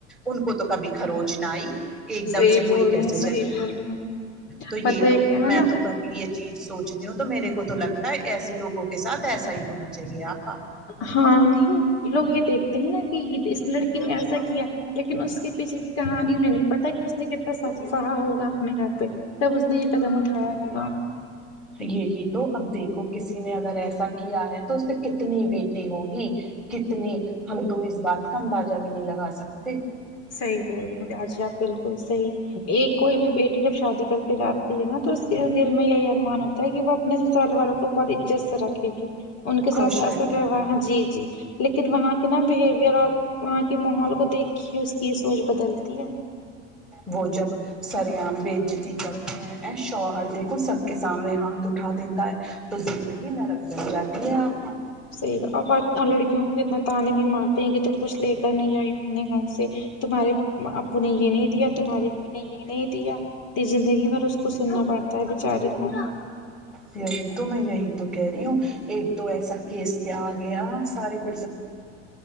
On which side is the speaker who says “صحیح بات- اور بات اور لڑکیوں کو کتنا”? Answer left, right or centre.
Left